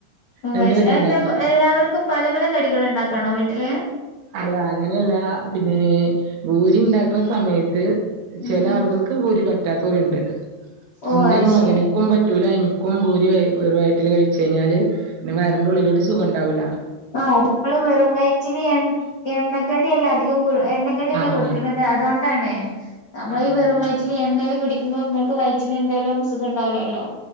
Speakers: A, on the left; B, on the right.
A: ഓഹ്
B: രണ്ട്
A: അയ്ശെ
B: കടി
A: എന്താ
B: ഉണ്ടാക്കി
A: എല്ലാവർക്കും പല പല കടികൾ ഇണ്ടാക്കാണോ വീട്ടില്
B: അല്ല അങ്ങനെയല്ല പിന്നെ ഭൂരി ഇണ്ടാക്കണ സമയത്ത്
A: ഉം
B: ചെല
A: ഉം
B: ആളുകൾ ക്ക് ബൂരി പറ്റാത്തോല്ണ്ട്
A: ഓ
B: ഇന്റെ
A: അത്
B: ഒരു മക്നക്കും
A: ശരി
B: പറ്റൂല എനിക്ക് ക്കും ഭൂരി വെറും വയറ്റില് കഴിച്ച് കഴിഞ്ഞാല് പിന്നെ വയറിന്റെ ഉള്ളിലൊരു സുഖണ്ടാവൂല്ല
A: ആ അത് നമ്മള് വെറും വയറ്റില് എൺ എണ്ണക്കടി അല്ലെ അധികം എണ്ണക്കടില്ലെ
B: ആഹ്
A: കൊടുക്കണത് ത് അതോണ്ടാണ് നമ്മളീ
B: ആഹ്
A: വെറും
B: അതാണ്
A: വയറ്റിൽ എണ്ണയിൽ കടിക്കുമ്പോ നമക്ക് വയറ്റിന് എന്തേലും സുഖുണ്ടാവൂല്ലല്ലോ